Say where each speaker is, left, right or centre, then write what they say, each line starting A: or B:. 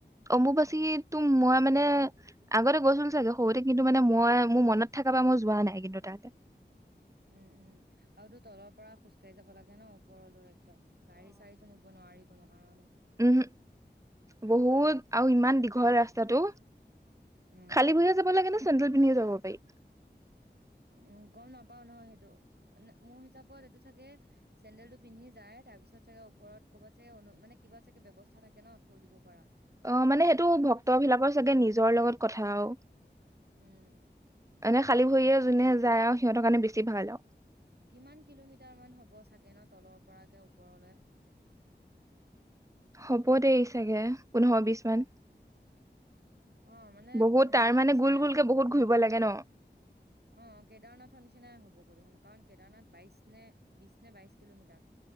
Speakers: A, on the right; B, on the right.
A: অম্বুবাচীতো মই মানে আগতে গৈছিলো চাগে সৰুতে কিন্তু মানে মই মোৰ মনত থকা বা মই যোৱা নাই কিন্তু তাত
B: উম উম আও তো তলৰ পৰা খোজকাঢ়ি যাব লাগে ন ওপৰলৈ একদম গাড়ী চাৰীতো নিব নোৱাৰি কোনো কাৰণত।
A: উমহো বহুত
B: উম।
A: আৰু ইমান দীঘল ৰাস্তা টাটো
B: উম
A: খালী ভৰিয়ে যাব লাগে ন চেন্দেল পিন্ধি যাব পাই
B: উম গম নাপাও নহয় সেইটো মোৰ হিচাপত এইটো চাগে চেন্দেলটো পিন্ধি যায় তাৰ পিছত চাগে ওপৰত ক'বাত চাগে অনু মানে কিবা চাগে ব্যৱস্থা থাকে ন থৈ দিব পৰা
A: অ মানে সেইটো ভক্তবিলাকৰ চাগে নিজৰ লগত কথা আৰু
B: উম
A: মনে খালী ভৰি এ যোনে
B: হয় দিয়া।
A: যায় আৰু সিহতৰ কাৰণে বেছি ভাল আও
B: কিমান কিলোমিটাৰ মান হ'ব চাগে ন তলৰ পৰাকে ওপৰলৈ
A: হ'ব দেই চাগে পোন্ধৰ বিশ মান
B: অ মানে
A: বহুত তাৰ
B: হেৰি
A: মানে
B: নিচিনাইচোন
A: গোল গোলকে
B: হব
A: বহুত
B: অ
A: ঘূৰিব লাগে ন?
B: কেদাৰনাথৰ নিচিনাই হব সুন কাৰণ কেদাৰনাথ বাইশ নে বিশ নে বাইশ কিলোমিটাৰ